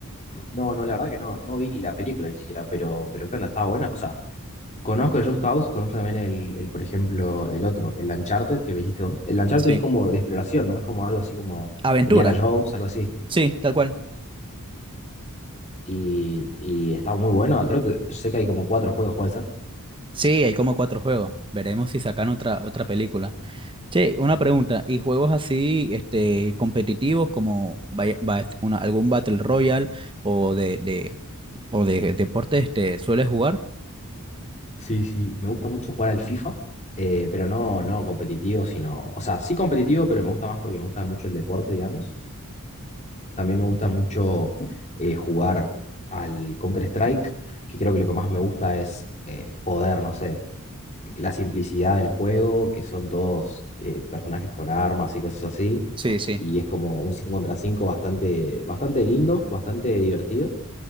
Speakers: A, on the left; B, on the right.
A: No, no, la verdad que no, no vi ni la película ni siquiera, pero, pero ¿qué onda? ¿Estaba buena? O sea, conozco el Just Cause, conozco también el, el, por ejemplo, el otro, el Uncharted, que me dijiste vos. El Uncharted
B: Sí.
A: es como de exploración, ¿no? Es como algo así como
B: Aventura,
A: Indiana Jones, algo así.
B: sí, tal cual.
A: Y, y está muy bueno. Creo que sé que hay como cuatro juegos, puede ser.
B: Sí, hay como cuatro juegos. Veremos si sacan otra, otra película. Che, una pregunta. ¿Y juegos así, este, competitivos como bay- bat- una- algún Battle Royale o de, de, o de deporte, este, sueles jugar?
A: Sí, sí, me gusta mucho jugar al FIFA, eh, pero no, no competitivo, sino, o sea, sí competitivo, pero me gusta más porque me gusta mucho el deporte, digamos. También me gusta mucho eh, jugar al Counter-Strike, que creo que lo que más me gusta es eh, poder, no sé, la simplicidad del juego, que son todos eh, personajes con armas y cosas así,
B: Sí, sí.
A: y es como un 5 contra 5 bastante, bastante lindo, bastante divertido.